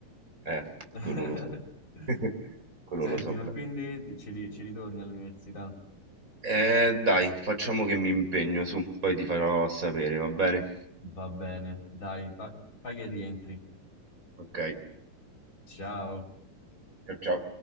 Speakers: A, on the right; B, on the left.
A: Eh,
B: <laughs>
A: quello lo so. <laughs> Quello
B: Senti,
A: lo so
B: ma
A: bene.
B: quindi ci, ri- ci ritorni all'università?
A: Eh, dai, facciamo che mi impegno su, poi ti farò sapere, va bene?
B: Va bene, dai, fa- fai che rientri.
A: Okay,
B: Ciao.
A: cia ciao.